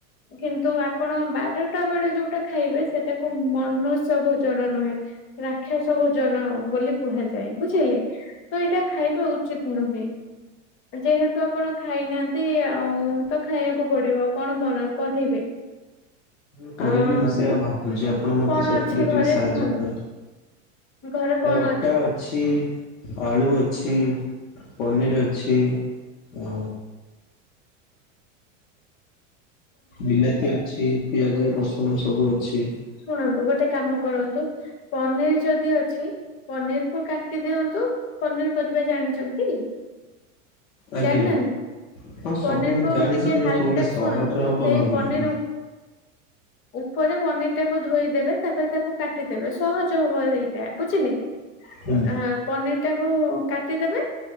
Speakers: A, on the left; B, on the left.
A: କିନ୍ତୁ ପଣ ବାରଟା ବେଳେ ଯୋଉଟା ଖାଇବେ ସେଟା କୋଉ ମନୁଷ୍ୟ ଭୋଜନ ନୁହେଁ। ରାକ୍ଷାସ ଭୋଜନ ବୋଲି କୁହାଯାଏ ବୁଝିଲେ। ତ ଏଇଟା ଖାଇବା ଉଚିତ ନୁହେଁ ଯେହେତୁ ଆପଣ ଖାଇନାହାନ୍ତି ଆଉ ତ ଖାଇବାକୁ ପଡିବ କଣ ମନ କହିବେ।
B: ମୁ କରିକି
A: ଅଁ
B: ମୁଁ ସେଇୟା ଭାବୁଛି ଆପଣ ମତେ
A: କଣ
B: ସେଥିରେ
A: ଅଛି ଘରେ
B: ଟିକେ ସାହାଯ୍ୟ
A: କୁହନ୍ତୁ?
B: କରନ୍ତୁ?
A: ଘରେ କଣ?
B: ଅଟା ଅଛି ଆଳୁ ଅଛି ପନିର ଅଛି ଆ ବିଲାତି ଅଛି। ପିଆଜ ରସୁଣ ସବୁ ଅଛି।
A: ଶୁଣନ୍ତୁ ଗୋଟେ କାମ କରନ୍ତୁ ପନିର ଯଦି ଅଛି ପନିର କୁ କାଟି ଦିଅନ୍ତୁ। ପନିର କରିବା ଜାଣିଛନ୍ତି,
B: ଆଜ୍ଞା
A: ଜାଣିନାହାନ୍ତି?
B: ହଁ ସବୁ
A: ପନିର
B: ମୁଁ
A: କୁ
B: ଜାଣିଛି
A: ଟିକେ
B: କିନ୍ତୁ
A: ହାଲକା
B: କୋଉଟା ସହଜ
A: ଶୁଣନ୍ତୁ
B: ହବ
A: ସେଇ
B: ଭାବୁଥିଲି
A: ପନିର ଉ ଉପରେ ପନିର ଟାକୁ ଧୋଇଦେବେ ତାପରେ ତାକୁ କାଟିଦେବେ ସହଜ ହବ ରେଇ ବୁଝିଲି
B: ହୁଁ।
A: ଆ ପନିର ଟାକୁ କାଟିଦେବେ